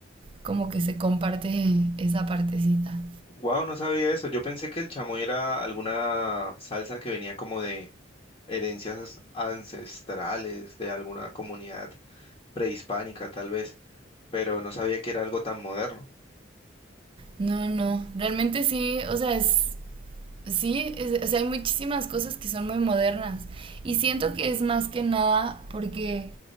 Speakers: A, on the right; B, on the left.
A: como que se comparte esa partecita.
B: Wow, no sabía eso. Yo pensé que el chamoy era alguna salsa que venía como de herencias ancestrales de alguna comunidad prehispánica, tal vez, pero no sabía que era algo tan moderno.
A: No, no, realmente sí, o sea, es Sí, es- o sea, hay muchísimas cosas que son muy modernas. Y siento que es más que nada porque